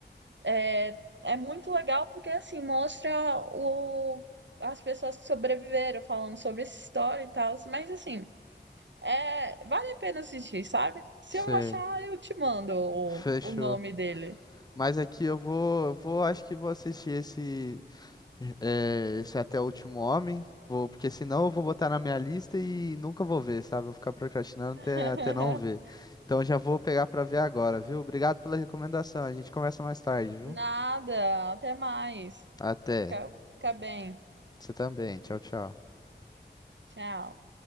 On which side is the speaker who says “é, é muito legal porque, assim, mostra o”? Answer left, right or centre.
Right